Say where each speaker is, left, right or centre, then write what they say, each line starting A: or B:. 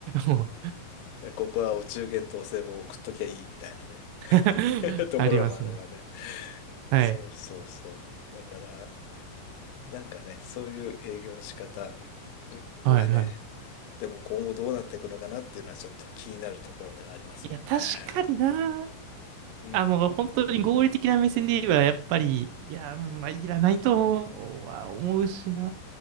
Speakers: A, on the right (about 80°); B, on the left (about 80°).
A: もう
B: ねここはお中元とお歳暮を送っときゃいいみたいなね
A: <laughs>
B: <laughs> ところもあればね。
A: ありますね。はい。
B: そうそうそう。だから、なんかね、そういう営業の仕方
A: はいはい。
B: はね、でも今後どうなっていくのかなっていうのはちょっと気になるところではありますけどね。
A: いや、確かにな。
B: うん。
A: あの、本当に合理的な目線で言えば、やっぱり、いや、まあ、いらないと思うは思うしな。